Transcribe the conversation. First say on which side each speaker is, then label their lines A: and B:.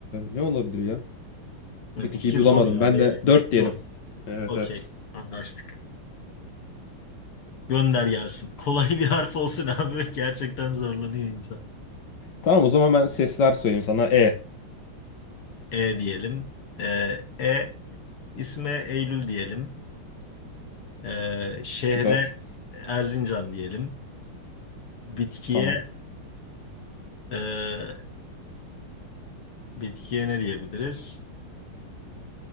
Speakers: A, on the left; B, on the left.
A: ne olabilir ya?
B: Ya
A: Bitkiyi
B: Bitki
A: bulamadım.
B: zor ya.
A: Ben
B: V
A: de
B: ile bitki
A: 4 diyelim.
B: zor.
A: Evet
B: Okey.
A: evet.
B: Anlaştık. Gönder gelsin. <laughs> Kolay bir harf olsun abi. <laughs> Gerçekten zorlanıyor insan.
A: Tamam o zaman ben sesler söyleyeyim sana. E.
B: E diyelim. E, e isme Eylül diyelim. E, şehre
A: Süper.
B: Erzincan diyelim. Bitkiye
A: Tamam.
B: e, bitkiye ne diyebiliriz?